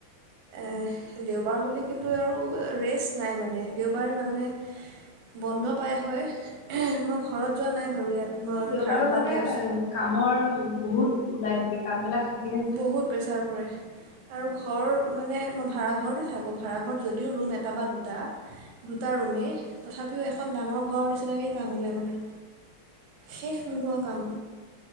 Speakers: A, on the right (about 70°); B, on the left (about 70°).
A: এহ, দেওবাৰ বুলি কিন্তু আৰু ৰেচ নাই মানে দেওবাৰে মানুহে বন্ধ পাই হয়। মই ঘৰত যোৱা নাই বাৰু ইয়াত মই
B: মানে দেওবাৰো
A: ভাড়াঘৰতে
B: মানে
A: আছোঁ
B: কামৰ বহুত ওলাই থাকে, কামবিলাক শেষ
A: বহুত প্ৰেছাৰ পৰে। আৰু ঘৰ মানে মই ভাড়াঘৰতে থাকোঁ, ভাড়া ঘৰত যদিও ৰুম এটা বা দুটা দুটা ৰুমেই তথাপিও এখন ডাঙৰ ঘৰৰ নিচিনাকে কাম ওলাই মানে। শেষ নোহোৱা কাম।